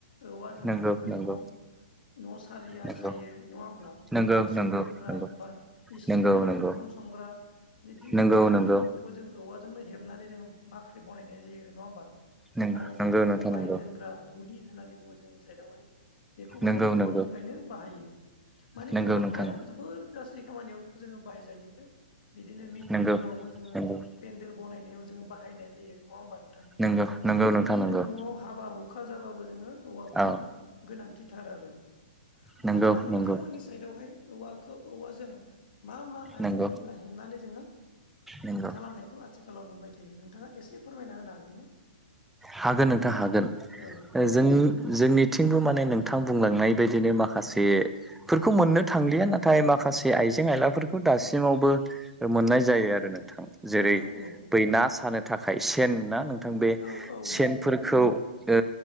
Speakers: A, on the left; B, in the centre.
A: औवाजोंनो
B: नंगौ
A: जोङो
B: नंगौ
A: न' न' सालिया
B: नंगौ
A: खायो नङा होमब्ला,
B: नंगौ
A: मोसौ
B: नंगौ
A: दोनग्रा
B: नंगौ
A: बा इसिं
B: नंगौ
A: न'
B: नंगौ
A: ओंखाम संग्रा, बिदिनो
B: नंगौ
A: बाख्रिफोरखौबो
B: नंगौ
A: जों औवाजोंनो हेबनानै जोङो बाख्रि बनायनाय जायो नङा होमबा
B: नंगौ
A: आरो जायखौ
B: नोंथां
A: जों माइ
B: नंगौ
A: दोनग्रा दुलि, होननानै बुङो जोंनि साइडआवहाय बेखौबो
B: नंगौ
A: जों औवानिफ्रायनो
B: नंगौ
A: बाहायो । माने
B: नंगौ
A: औवाया
B: नोंथां
A: जोबोर गास्रि खामानियावनो जोङो बाहायजायो। बिदिनो मिटिंफोरावबो
B: नंगौ नंगौ
A: जोङो
B: नंगौ
A: पेन्देल बनायनायाव जोङो बाहायनाय जायो नङा होमबा नों, नोंथां
B: नंगौ नंगौ
A: थिग
B: नोंथां
A: बिदिनो
B: नंगौ
A: न'आव हाबा हु हुखा जाबाबो जोङो औवाखौ
B: औ
A: जोङो गोनांथिथार आरो
B: नंगौ
A: अब्ला नोंथांमोननि
B: नंगौ
A: साइदआवहाय औवाखौ औवाजों मा मा आइजें
B: नंगौ
A: आयला हेबनानै जोङो
B: नंगौ
A: खालामनायखौ आथिखालाव नुबाय थायो नोंथाङा एसे फोरमायना होनो हागोन ना?
B: हागोन नोंथां हागोन।
A: औ
B: जों-जोंनि थिंबो माने नोंथां बुंलांनाय बायदिनो माखासेफोरखौ मोननो थांलिया नाथाय माखासे आय आइजें आइलाफोरखौ दासिमावबो मोननाय
A: औ
B: जायो आरो नोंथां। जेरै
A: औ
B: बै ना सानो थाखाय सेन ना नों थां। बे
A: औ औ
B: सेनफोरखौ
A: नंगौ
B: ओ